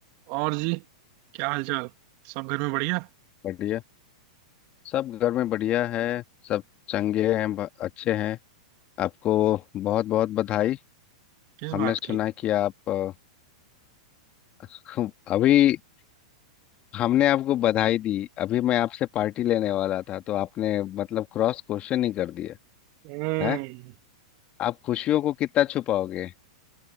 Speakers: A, on the right; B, on the left.
A: और जी क्या हाल चाल सब घर में बढ़िया
B: बढ़िया सब घर में बढ़िया है सब चंगे हैं ब- अच्छे हैं आपको बहुत बहुत बधाई
A: किस
B: हमने
A: बात
B: सुना
A: की
B: है कि आप अ, <laughs> अभी हमने आपको बधाई दी अभी मैं आपसे पार्टी लेने वाला था तो आपने मतलब क्रॉस क्वेश्चन ही कर दिया
A: हम्म
B: है आप खुशियों को कितना छुपाओगे